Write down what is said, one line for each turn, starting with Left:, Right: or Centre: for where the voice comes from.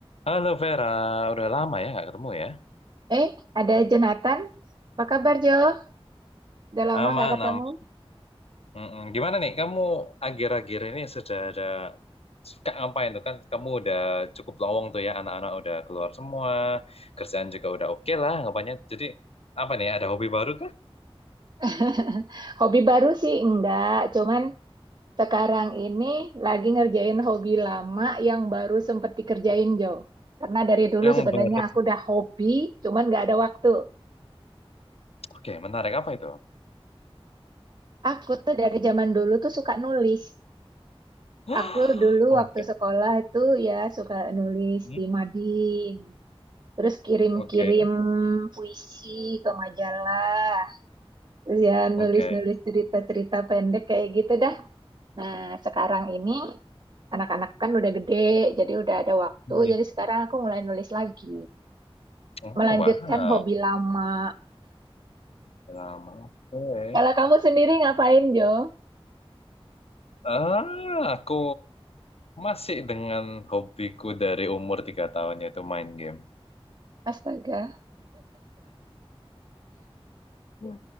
Left: Halo Vera, udah lama ya nggak ketemu ya?
Right: Eh, ada Jonathan. Apa kabar, Jo? Udah lama
Left: Aman,
Right: nggak ketemu.
Left: aman. Mm-mm. Gimana nih, kamu akhir-akhir ini sudah ada suka ngapain tuh kan? Kamu udah cukup lowong tuh ya, anak-anak udah keluar semua, kerjaan juga udah oke lah, ngapainnya. Jadi apa nih, ada hobi baru kah?
Right: <laughs> Hobi baru sih enggak, cuman sekarang ini lagi ngerjain hobi lama yang baru sempet dikerjain, Jo. Karena dari dulu
Left: Yang
Right: sebenarnya
Left: baru.
Right: aku udah hobi, cuman nggak ada waktu.
Left: Oke, menarik apa itu?
Right: Aku tuh dari zaman dulu tuh suka nulis.
Left: <gasps>
Right: Aku dulu
Left: Oke,
Right: waktu sekolah itu ya suka nulis
Left: Hmm.
Right: di mading, terus kirim-kirim
Left: oke,
Right: puisi ke majalah. Terus ya
Left: oke.
Right: nulis-nulis cerita-cerita pendek kayak gitu dah. Nah, sekarang ini anak-anak kan udah gede, jadi udah ada waktu.
Left: Hmm.
Right: Jadi sekarang aku mulai nulis lagi.
Left: Oh,
Right: Melanjutkan
Left: wow.
Right: hobi lama.
Left: Lama, oke.
Right: Kalau kamu sendiri ngapain, Jo?
Left: Ah, aku Masih dengan hobiku dari umur tiga tahun yaitu main game.
Right: Astaga.
Left: Ya.